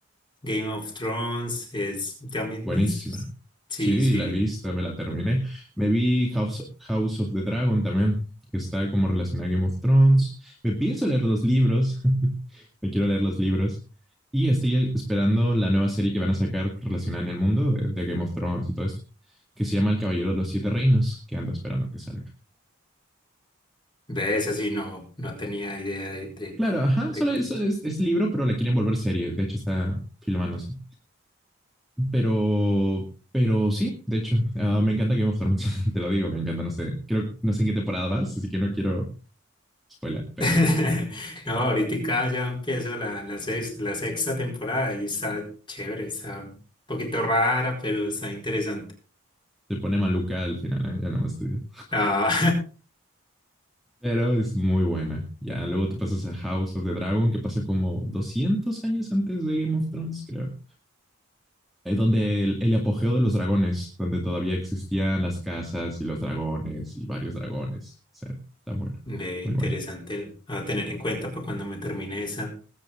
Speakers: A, on the left; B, in the centre.
A: Game of Thrones. Es, también
B: Buenísima.
A: es, sí,
B: Sí,
A: sí.
B: la he visto, me la terminé. Me vi House, House of the Dragon también, que está como relacionada a Game of Thrones. Me pienso leer los libros. <laughs> Me quiero leer los libros. Y estoy esperando la nueva serie que van a sacar relacionada en el mundo de, de Game of Thrones y todo esto, que se llama El Caballero de los Siete Reinos, que ando esperando que salga.
A: Ves, así no, no tenía idea de, de,
B: Claro, ajá,
A: de
B: solo es, es, es libro, pero la quieren volver serie. De hecho, está filmándose. Pero, pero sí, de hecho, ah, me encanta Game of Thrones, <laughs> te lo digo, me encanta, no sé, creo, no sé en qué temporada vas, así que no quiero spoiler, pero
A: <laughs> No, ahorita ya empiezo la, la, sex- la sexta temporada y está chévere, está un poquito rara, pero está interesante.
B: te pone maluca al final, ¿eh? ya nomás te digo.
A: Ah,
B: Pero es muy buena. Ya luego te pasas a House of the Dragon, que pasa como 200 años antes de Game of Thrones, creo. Es donde el, el apogeo de los dragones, donde todavía existían las casas y los dragones y varios dragones. O sea, está bueno,
A: <laughs> ve, interesante.
B: muy bueno.
A: Va a tener en cuenta para cuando me termine esa.